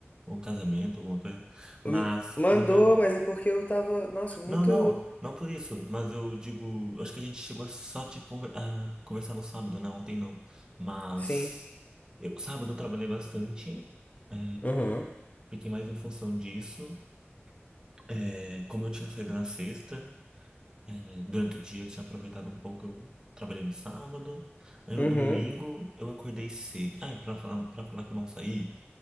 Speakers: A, on the right; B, on the left.
A: um casamento, alguma coisa. Mas
B: Hum, Mandou,
A: o meu.
B: mas é porque eu tava, nossa, muito.
A: Não, não, não por isso. Mas eu digo. eu Acho que a gente chegou a só te conver, a conversar no sábado, né? Ontem não. Mas.
B: Sim.
A: Eu, sábado eu trabalhei bastante. é,
B: Uhum.
A: fiquei mais em função disso. É, como eu tinha saído na sexta. É, durante o dia eu tinha aproveitado um pouco, eu trabalhei no sábado. Aí no
B: Uhum.
A: domingo eu acordei cedo. Ah, e pra falar, pra falar que eu não saí,